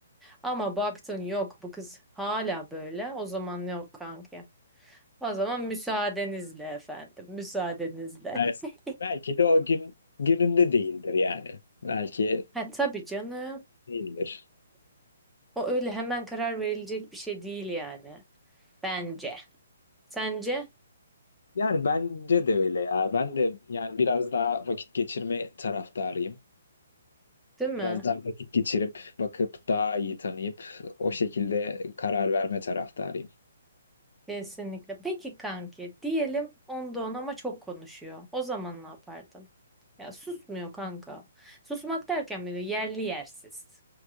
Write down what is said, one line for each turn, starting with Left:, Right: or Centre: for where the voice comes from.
Centre: Ama baktın yok bu kız hala böyle o zaman yok kanka. O zaman müsaadenizle efendim müsaadenizle.
Left: bel-
Centre: <laughs>
Left: belki de o gün gününde değildir yani. Belki
Centre: Ha tabii canım
Left: değildir.
Centre: o öyle hemen karar verilecek bir şey değil yani. Bence. Sence?
Left: Yani bence de öyle ya. Ben de yani biraz daha vakit geçirme taraftarıyım.
Centre: Değil mi?
Left: Biraz daha vakit geçirip, bakıp daha iyi tanıyıp o şekilde karar verme taraftarıyım.
Centre: Kesinlikle. Peki kanki diyelim onda on ama çok konuşuyor. O zaman ne yapardın? Ya susmuyor kanka. Susmak derken bile yerli yersiz.